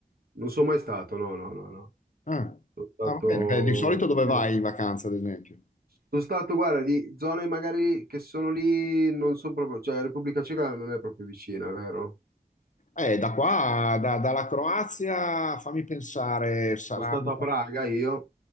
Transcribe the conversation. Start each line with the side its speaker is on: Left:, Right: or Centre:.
Right: Non sono mai stato, no, no, no, no.
Left: Ah,
Right: Sono stato
Left: Ah, va bene. Eh, di solito dove
Right: più.
Left: vai in vacanza, ad esempio?
Right: Sono stato, guarda, di zone magari che sono lì, non sono proprio, cioè Repubblica Ceca non è proprio vicina, vero?
Left: Eh, da qua, da- dalla Croazia, fammi pensare, saranno,
Right: Sono stato a Praga io,